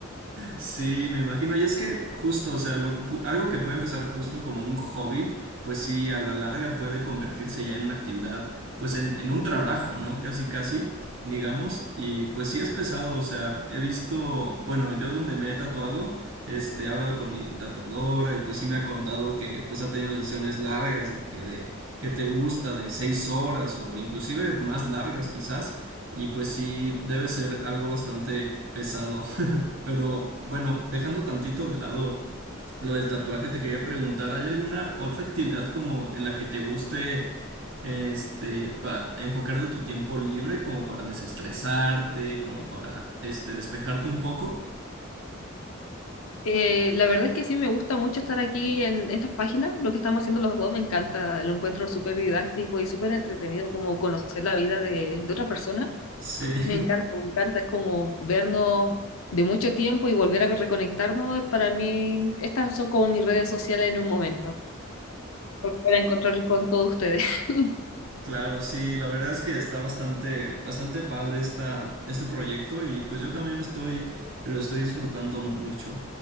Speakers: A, on the right; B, on the left.
A: Sí, me imagino. Y es que justo, o sea, lo que pu- algo que puede empezar justo como un hobby, pues sí, a la larga puede convertirse ya en una actividad, pues en, en un trabajo, ¿no? Casi, casi, digamos. Y pues sí es pesado, o sea, he visto, bueno, yo donde me he tatuado, este, he hablado con mi tatuadora y pues sí me ha contado que pues ha tenido sesiones largas de que de que te gusta de seis horas o inclusive más largas quizás. Y pues sí, debe ser algo bastante pesado. Pero bueno, dejando tantito de lado lo del tatuaje, te quería preguntar, ¿hay alguna otra actividad como en la que te guste este pa- enfocar de tu tiempo libre como para desestresarte, como para este despejarte un poco?
B: Eh, la verdad es que sí me gusta mucho estar aquí en estas páginas, lo que estamos haciendo los dos me encanta, lo encuentro súper didáctico y súper entretenido como conocer la vida de, de otra persona.
A: Sí.
B: Me encanta, me encanta, es como vernos de mucho tiempo y volver a reconectarnos. Para mí, estas son como mis redes sociales en un momento, volver a encontrarme con todos ustedes. <laughs>
A: Claro, sí, la verdad es que está bastante, bastante padre esta, este proyecto y pues yo también lo estoy, lo estoy disfrutando mucho.